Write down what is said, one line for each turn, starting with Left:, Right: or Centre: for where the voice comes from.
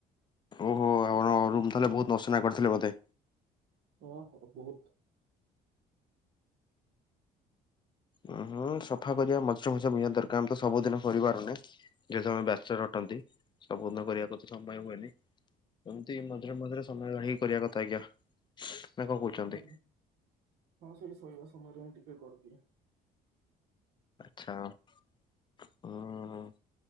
Left: ଓହୋ ଆପଣ ରୁମ୍ ତାହେଲେ ବହୁତ ଅସନା କରିଥିଲେ ବୋଧେ?
Right: ଓ ହୋ ବହୁତ
Left: ଅଁ, ହଁ ସଫା କରିବା ମଝିରେ ମଝିରେ ନିହାତି ଦରକାର ଆମେ ତ ସବୁଦିନ କରିପାରୁନେ। ଯେହେତୁ ଆମେ ବ୍ୟାଚଲର୍ ଅଟନ୍ତି, ସବୁଦିନ କରିବାକୁ ତ ସମୟ ହୁଏନି। ଏମତି ମଝିରେ ମଝିରେ ସମୟ କାଢିକି କରିବା କଥା ଆଜ୍ଞା। ନା କଣ କହୁଛନ୍ତି?
Right: ଆଜ୍ଞା ହଁ ସେଇ ଶୋଇବା ସମୟରେ ହିଁ ଟିକେ କରିଦିଏ।
Left: ଆଚ୍ଛା ହୁଁ